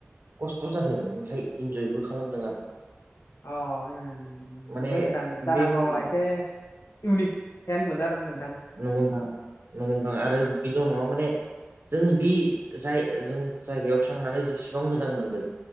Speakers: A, on the right; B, on the left.
A: खस्थ' जादों ओमफ्राय इन्जयबो खालामदों आरो
B: अ उम
A: माने
B: नंगौ नोंथां दारागावा
A: बे नंगौ
B: एसे इउनिक हेनड मोनो आरो नों
A: नंगौ नोंथां नंगौ नोंथां आरो बेल' नङा माने जों बे जाय जों जायगायाव थांनानै जेसेबां मोजां मोनदों